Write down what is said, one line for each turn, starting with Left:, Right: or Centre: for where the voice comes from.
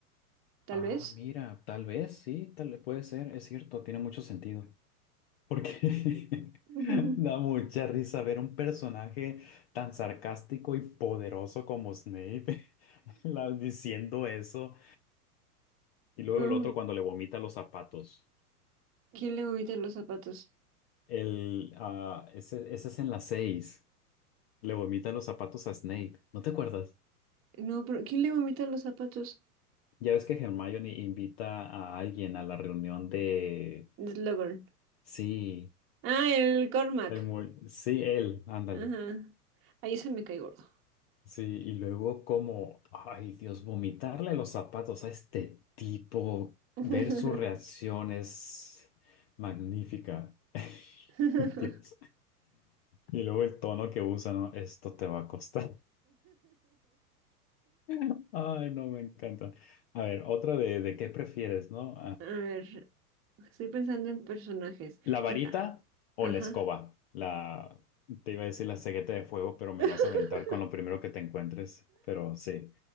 Right: tal
Left: Ah,
Right: vez.
Left: mira, tal vez, sí, tal vez puede ser, es cierto, tiene mucho sentido. Porque
Right: <laughs>
Left: <laughs> da mucha risa ver un personaje tan sarcástico y poderoso como Snape <laughs> la- diciendo eso. Y luego
Right: No,
Left: el otro cuando le vomita los zapatos.
Right: ¿Quién le vomita los zapatos?
Left: El, ah, ese, ese es en las seis. Le vomita los zapatos a Snape. ¿No te acuerdas?
Right: No, pero ¿quién le vomita los zapatos?
Left: Ya ves que Hermione invita a alguien a la reunión de...
Right: Slughorn.
Left: Sí.
Right: Ah, el Cormac.
Left: El muy, sí, él, ándale.
Right: Ajá. Ahí se me cae gordo.
Left: Sí, y luego como, ay Dios, vomitarle los zapatos a este tipo,
Right: <laughs>
Left: ver su reacción es magnífica. <laughs>
Right: <laughs>
Left: Dios. Y luego el tono que usa, ¿no? Esto te va a costar. <laughs> Ay, no, me encanta. A ver, otra de, de qué prefieres, ¿no?
Right: A ver, estoy pensando en personajes.
Left: ¿La varita
Right: Ah,
Left: o
Right: Ajá.
Left: la escoba? La, te iba a decir la cegueta de fuego, pero me
Right: <laughs>
Left: vas a aventar con lo primero que te encuentres. Pero sí,